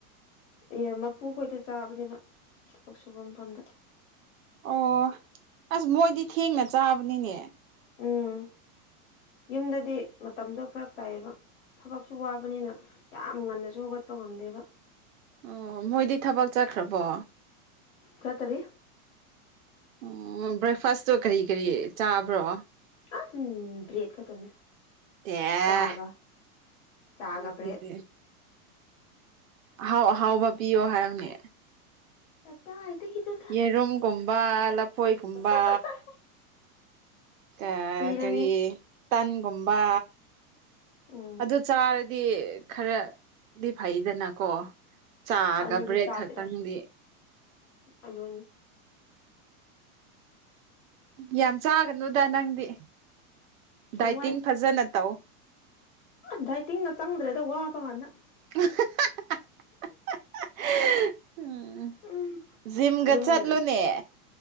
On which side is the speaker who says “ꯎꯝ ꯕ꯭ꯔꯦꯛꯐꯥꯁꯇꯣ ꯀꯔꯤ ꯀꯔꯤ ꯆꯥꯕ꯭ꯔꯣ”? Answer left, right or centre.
Right